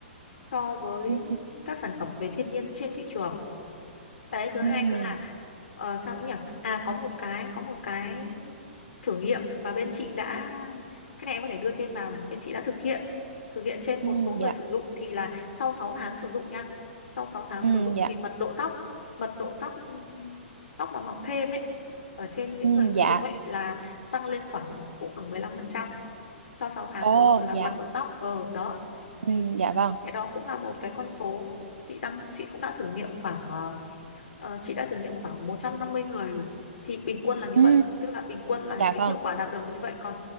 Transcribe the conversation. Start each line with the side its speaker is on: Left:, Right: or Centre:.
Left: so với
Right: ừ
Left: các sản phẩm về thiên nhiên trên thị trường đấy thứ hai
Right: ừ
Left: nữa là ờ, sao nữa nhỉ à có một cái có một cái thử nghiệm mà bên chị đã cái này em có thể đưa thêm vào này bên chị đã thực hiện thực hiện trên
Right: ừ
Left: một số người
Right: dạ
Left: sử dụng thì là sau 6 tháng sử dụng nha sau sáu tháng
Right: ừ
Left: sử dụng
Right: dạ
Left: thì mật độ tóc mật độ tóc ừm, tóc mà mọc thêm ấy ở trên những
Right: ừ
Left: người sử
Right: dạ
Left: dụng ấy là tăng lên khoảng cũng khoảng mười lăm phần trăm sau sáu tháng
Right: ồ
Left: sử dụng là
Right: dạ
Left: mật độ tóc ờ đó
Right: ừ
Left: thì thì
Right: dạ vâng
Left: cái đó cũng là một cái con số chị đang chị cũng đã thử nghiệm khoảng ờ, Ờ, chị đã thử nghiệm khoảng 150 người rồi thì bình quân là như
Right: ừ
Left: vậy tức là bình quân là
Right: dạ
Left: cái
Right: vâng
Left: hiệu quả đạt được là như vậy còn